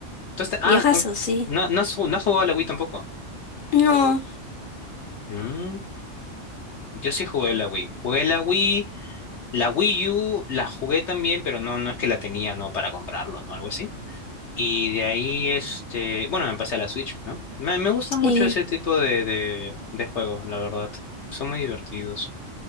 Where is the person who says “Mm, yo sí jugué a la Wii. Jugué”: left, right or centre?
Left